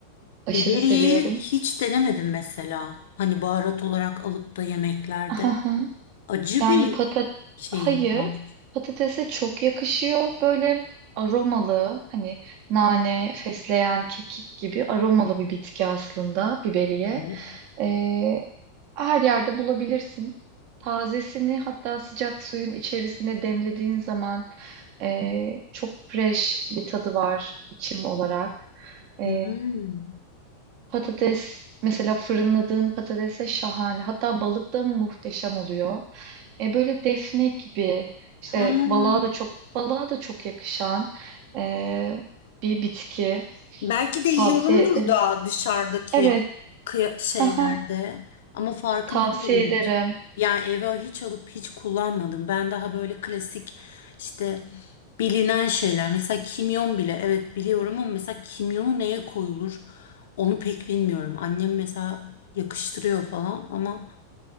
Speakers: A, on the right; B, on the left.
A: Aşırı
B: Biberiyeyi
A: seviyorum.
B: hiç denemedim mesela. Hani baharat olarak alıp da yemeklerde.
A: <laughs>
B: Acı
A: Yani
B: bir
A: patat
B: şeyim
A: hayır
B: var.
A: patatese çok yakışıyor böyle aromalı hani nane, fesleğen, kekik gibi aromalı bir bitki aslında biberiye.
B: Evet.
A: Ee, her yerde bulabilirsin. Tazesini hatta sıcak suyun içerisine demlediğin zaman e, çok fresh bir tadı var içim olarak. E,
B: Hmm.
A: Patates mesela fırınladığın patatese şahane. Hatta balık da muhteşem oluyor. E böyle defne gibi işte
B: Ha.
A: balığa da çok balığa da çok yakışan e, bir bitki
B: Belki de yiyorumdur
A: tavsiye ederim.
B: da dışarıdaki
A: Evet.
B: kıya- şeylerde
A: Aha,
B: ama farkında
A: tavsiye
B: değilim.
A: ederim.
B: Yani eve hiç alıp hiç kullanmadım. Ben daha böyle klasik işte bilinen şeyler. Mesela kimyon bile evet biliyorum ama mesela kimyonu neye koyulur onu pek bilmiyorum. Annem mesela yakıştırıyor falan ama